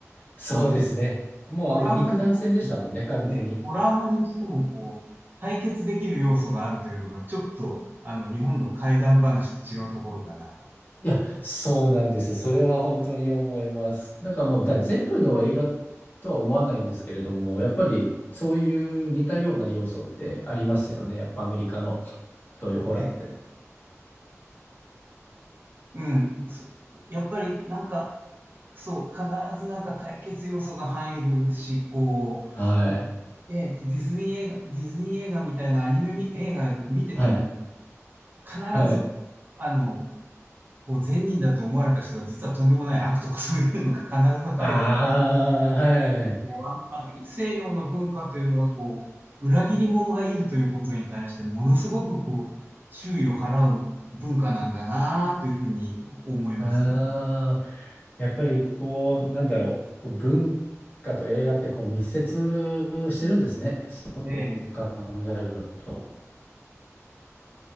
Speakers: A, on the left; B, on the right.
A: そうですね。
B: <laughs>
A: もうあの肉弾戦でしたもんね、
B: ホラーもん、うんえーホラーもんにしてもこう、
A: 完全に。
B: 対決できる要素があるというのが、ちょっと、あの、日本の怪談話と違うところだなと。
A: いや、そうなんです。それは本当に思います。なんかもう、だ全部の映画とは思わないんですけれども、やっぱりそういう似たような要素ってありますよね。やっぱアメリカのそういうホラーって。
B: ねうん。そやっぱりなんか、そう、必ずなんか対決要素が入るし、こ
A: はい。
B: う、えっと、ディズニー映画、ディズニー映画みたいなアニメみ映画見てても、
A: はい。
B: 必ず、
A: はい。
B: あの、こう善人だと思われた人が実はとんでもない悪とかそういうのが必ず入る。
A: ああ、はいはいはい。
B: こうあんあ西洋の文化というのはこう、裏切り者がいるということに対してものすごくこう、
A: うん、
B: 注意を払う文化なんだなというふうに思いますね。
A: ああ、やっぱりこう、なんだろう、文化と映画ってこう密接してるんですね。そう考えると。
B: ええ